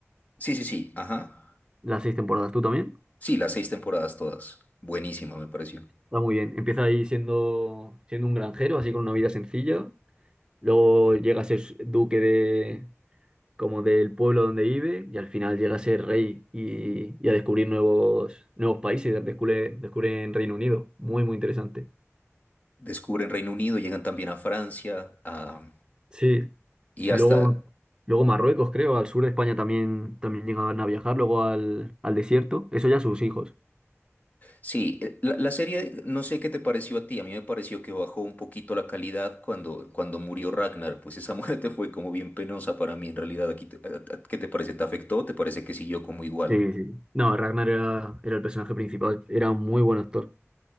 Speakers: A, on the left; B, on the right.
A: Sí, sí, sí, ajá.
B: Las seis temporadas, ¿tú también?
A: Sí, las seis temporadas todas. Buenísima, me pareció.
B: Está muy bien. Empieza ahí siendo, siendo un granjero, así con una vida sencilla. Luego llega a ser duque de, como del pueblo donde vive y al final llega a ser rey y, y a descubrir nuevos, nuevos países, descubre, descubre en Reino Unido. Muy, muy interesante.
A: Descubren Reino Unido, llegan también a Francia, a-
B: Sí,
A: y
B: luego,
A: hasta
B: luego Marruecos, creo, al sur de España también, también llegaban a viajar, luego al, al desierto, eso ya sus hijos.
A: Sí, eh, la, la serie, no sé qué te pareció a ti, a mí me pareció que bajó un poquito la calidad cuando, cuando murió Ragnar, pues esa <laughs> muerte fue como bien penosa para mí en realidad. Aquí te- a- a- ¿qué te parece? ¿Te afectó? ¿Te parece que siguió como igual?
B: Sí, sí. No, Ragnar era, era el personaje principal, era un muy buen actor.